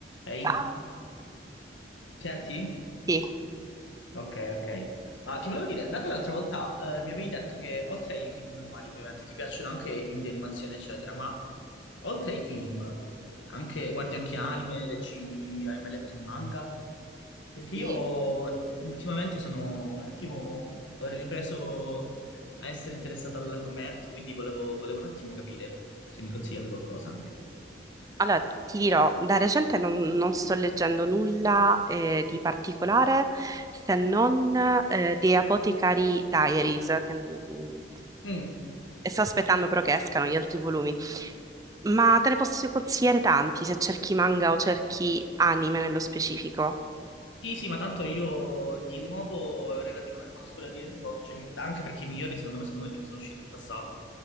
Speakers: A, on the left; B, on the right.
A: Ehi,
B: Ah,
A: Senti?
B: sì,
A: Ok, ok. Ah, ti volevo dire, dato che l'altra volta eh, mi avevi detto che oltre ai film normali, ovviamente, ti piacciono anche i film di animazione, eccetera, ma oltre ai film, anche, guardi anche anime, leggi, hai mai letto un manga? Perché
B: sì.
A: io ultimamente sono un attimo, ho ripreso a essere interessato all'argomento, quindi volevo, volevo un attimo capire se mi consigliavi qualcosa anche.
B: Allora, ti dirò, da recente non, non sto leggendo nulla eh, di particolare se non eh, The Apothecary Diaries, che, mm,
A: Mm.
B: e sto aspettando però che escano gli altri volumi. Ma te ne posso consigliare tanti se cerchi manga o cerchi anime nello specifico.
A: Sì, sì, ma tanto io di nuovo relativamente, conosco relativamente poco, cioè, mi- anche perché i migliori secondo me sono quelli che sono usciti in passato.